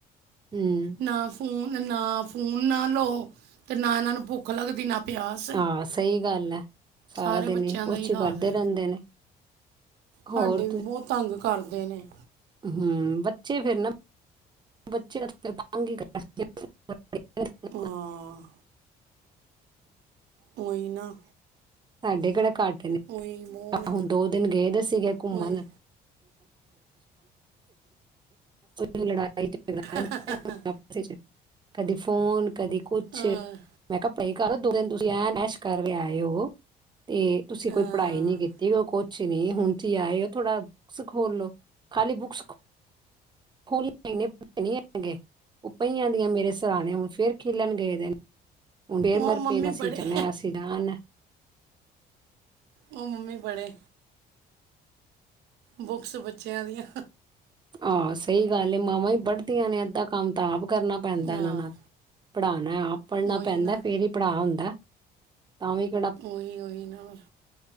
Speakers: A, on the right; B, on the right.
A: ਹਮ।
B: ਨਾ ਫੋਨ ਨਾ ਫੋਨ ਨਾ ਲਓ ਤੇ ਨਾ ਇਹਨਾਂ ਨੂੰ ਭੁੱਖ ਲੱਗਦੀ ਨਾ ਪਿਆਸ
A: ਹਾਂ ਸਹੀ ਗੱਲ ਹੈ ਸਾਰਾ
B: ਸਾਰੇ
A: ਦਿਨ
B: ਬੱਚਿਆਂ
A: ਕੁਛ
B: ਦਾ ਇਹੀ
A: ਹੀ
B: ਹਾਲ
A: ਕਰਦੇ
B: ਹੈ।
A: ਰਹਿੰਦੇ ਨੇ ਹੋਰ
B: ਸਾਡੇ ਵੀ ਬਹੁਤ ਤੰਗ ਕਰਦੇ ਨੇ
A: ਹੂੰਮ ਬੱਚੇ ਫੇਿਰ ਨਾ ਵੱਚ ਰ। <unintelligible>
B: ਹਾਂ। ਉਹੀ ਨਾ।
A: ਸਾਡੇ ਕਿਹੜਾ ਘੱਟ ਨੇ
B: ਉਹੀ ਬਹੁਤ
A: ਆ ਹੁਣ ਦੋ ਦਿਨ ਗਏ ਦੇ ਸੀਗੇ ਘੁੰਮਣ।
B: ਉਹੀ
A: ਲੜਾਈ। <unintelligible>
B: ਹਾ,
A: ਲੜਦੇ ਰਹਿੰਦੇ
B: ਹਾ
A: ਕਦੀ ਫੋਨ ਕਦੀ ਕੁਛ
B: ਅਹ,
A: ਮੈਂ ਕਿਹਾ ਪਏ ਕਰੋ ਦੋ ਦਿਨ ਤੁਸੀਂ ਐਨ ਐਸ਼ ਕਰਕੇ ਆਏ ਹੋ ਤੇ ਤੁਸੀਂ ਕੋਈ
B: ਅਹ,
A: ਪੜ੍ਹਾਈ ਨਹੀਂ ਕੀਤੀ ਕੋਈ ਕੁਛ ਅੱਛ ਨੀ ਹੁਣ ਤੁਸੀਂ ਆਏ ਹੋ। ਥੋੜਾ ਬੁੱਕਸ ਖੋਲ ਲੋ ਖਾਲੀ ਬੁੱਕਸ ਖੋਲੀਆਂ ਈ ਨੇ ਪੜ੍ਹੇ ਨੀ ਹੈਗੇ। ਉਹ ਪਈਆਂ ਦੀਆਂ ਮੇਰੇ ਸਰਾਣੇ ਹੁਣ ਫੇਰ। ਖੇਲਣ ਗਏ ਦੇ ਨੇ ਹੁਣ ਡੇਰ
B: ਉਹ
A: ਮਰ
B: ਮੰਮੀ
A: ਪੇ ਨ ਅਸੀ
B: ਪੜ੍ਹੇ
A: ਜਾਣਾ ਅਸੀ ਜਾਣਾ।
B: ਉਹ ਮੰਮੀ ਪੜ੍ਹੇ। ਬੁੱਕਸ ਬੱਚਿਆਂ ਦੀਆਂ।
A: ਆਹੋ ਸਹੀ ਗੱਲ ਏ ਮਾਵਾਂ ਹੀ ਪੜਦੀਆਂ ਨੇ ਅੱਧਾ ਕੰਮ ਤਾਂ ਆਪ ਕਰਨਾ ਪੈਂਦਾ
B: ਹਾਂ
A: ਇਹਨਾਂ ਨਾਲ ਪੜ੍ਹਾਉਣਾ ਆਪ ਪੜ੍ਹਨਾ
B: ਉਹੀ
A: ਪੈਂਦਾ
B: ਨਾ
A: ਫੇਰ ਹੀ ਪੜ੍ਹਾ ਹੁੰਦਾ ਤਾਂ ਵੀ ਭਾਵੇਂ
B: ਉਹੀ ਉਹੀ ਨਾ ਹੋਰ